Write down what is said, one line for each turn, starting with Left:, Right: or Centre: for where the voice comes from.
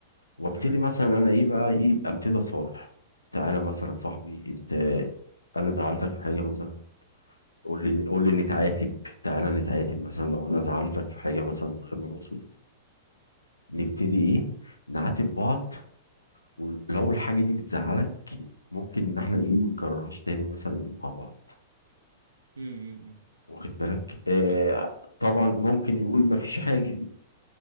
Left: وابتدي
Right: تمام
Left: مثلا انا ايه بقى ايه ابتدي اصارح تعالى مثلا يا صاحبي انت انا زعلتك في حاجه مثلا قول لي قول لي نتعاتب تعالى نتعاتب مثلا لو انا زعلتك في حاجه مثلا من غير ما نقصد نبتدي
Right: مم.
Left: ايه نعاتب بعض ولو الحاجه دي بتزعلك ممكن ان احنا ايه ما نكررهاش تاني مثلا ايه مع بعض
Right: مم. مم.
Left: واخد بالك آه
Right: فاهم
Left: طبعا
Right: فاهم
Left: ممكن يقول ما فيش حاجة